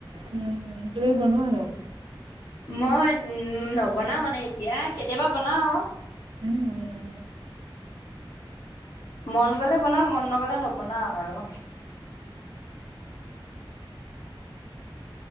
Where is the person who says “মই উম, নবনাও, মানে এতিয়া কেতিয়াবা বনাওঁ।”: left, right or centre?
Left